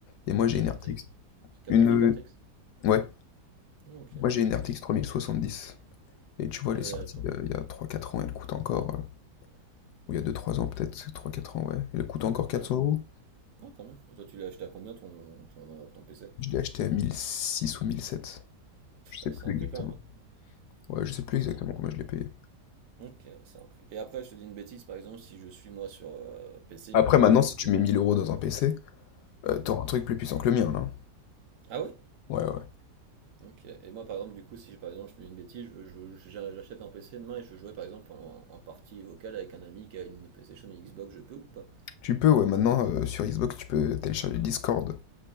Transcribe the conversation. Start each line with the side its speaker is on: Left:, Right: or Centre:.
Left: Et
Right: C'est
Left: moi, j'ai
Right: quoi
Left: une
Right: une
Left: RTX...
Right: RTX? Carte
Left: Une...
Right: graphique RTX?
Left: Ouais.
Right: Ok, intéressant.
Left: Moi, j'ai une RTX 3070. Et tu vois,
Right: Et
Left: elle
Right: euh,
Left: est sortie
Right: toi-
Left: euh, il y a trois quatre ans, elle coûte encore... euh, Ou il y a deux trois ans, peut-être, trois quatre ans, ouais. Elle coûte encore 400
Right: Ouais.
Left: euros.
Right: Ouais, quand même. Et toi, tu l'as acheté à combien ton, ton, euh, ton PC?
Left: Je l'ai acheté à 1006 ou 1007. Je sais
Right: Ouais,
Left: plus
Right: c'est un
Left: exactement.
Right: prix quand même. hein.
Left: Ouais, je sais plus
Right: C'est
Left: exactement
Right: un prix.
Left: combien je l'ai payé.
Right: Ok, c'est un prix. Et après, je te dis une bêtise, par exemple, si je suis moi sur euh, PC, imaginons,
Left: Après, maintenant,
Right: et que
Left: si
Right: je
Left: tu
Right: joue.
Left: mets 1000 euros dans un PC, euh,
Right: Hmm.
Left: t'auras un truc plus puissant que le mien, là.
Right: Ah ouais?
Left: Ouais, ouais.
Right: Ok. Et moi, par exemple, du coup, si par exemple, je te dis une bêtise, je- je- je- j'achète un PC demain et je jouais par exemple en, en partie vocale avec un ami qui a une PlayStation, une Xbox, je peux ou pas?
Left: Tu peux, ouais, maintenant, euh, sur Xbox, tu peux télécharger Discord.